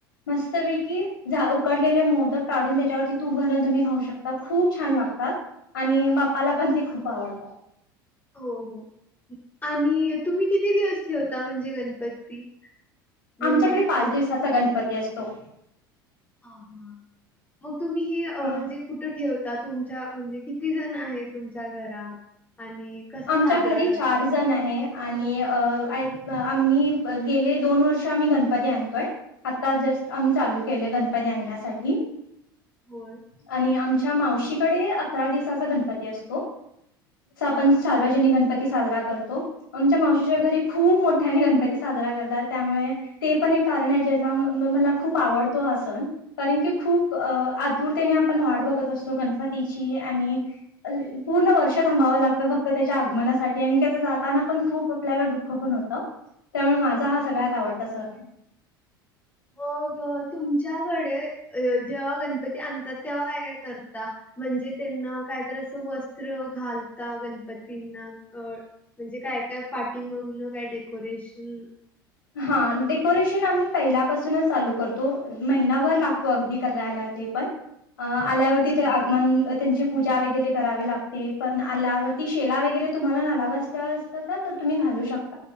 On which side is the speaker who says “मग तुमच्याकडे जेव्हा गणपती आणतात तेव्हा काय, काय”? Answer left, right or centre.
Left